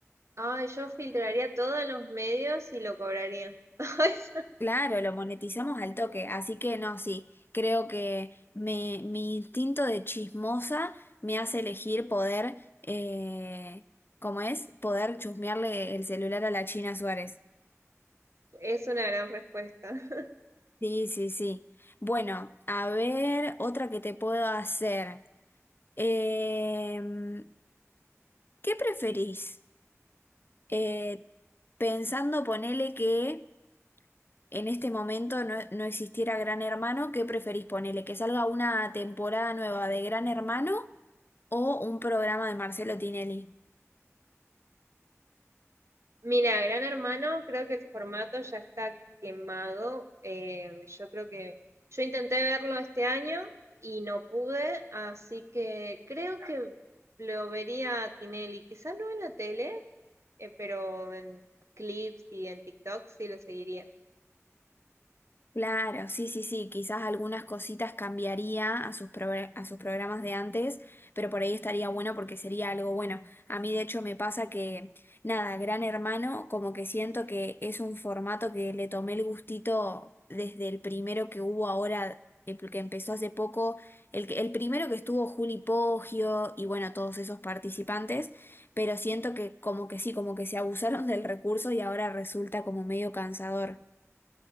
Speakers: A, on the right (about 60°); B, on the left (about 45°).
A: Ay, yo filtraría todos los medios y lo cobraría. <laughs> Esa
B: Claro, lo monetizamos al toque, así que no, sí, creo que me- mi instinto de chismosa me hace elegir poder, eh, ¿cómo es? Poder chusmearle el celular a la China Suárez.
A: Es una gran respuesta. <laughs>
B: Sí, sí, sí. Bueno, a ver, otra que te puedo hacer. Em, ¿qué preferís? Eh, pensando, ponele que en este momento no, no existiera Gran Hermano, ¿qué preferís ponele? ¿Que salga una temporada nueva de Gran Hermano o un programa de Marcelo Tinelli?
A: Mira, Gran Hermano, creo que el formato ya está quemado. Eh, yo creo que yo intenté verlo este año y no pude, así que creo que lo vería a Tinelli, quizás no en la tele, eh, pero en clips y en TikTok sí lo seguiría.
B: Claro, sí, sí, sí, quizás algunas cositas cambiaría a sus, progr- a sus programas de antes, pero por ahí estaría bueno porque sería algo bueno. A mí de hecho me pasa que, nada, Gran Hermano, como que siento que es un formato que le tomé el gustito desde el primero que hubo ahora, el que empezó hace poco, el, que- el primero que estuvo Juli Poggio y bueno, todos esos participantes, pero siento que como que sí, como que se abusaron del recurso y ahora resulta como medio cansador.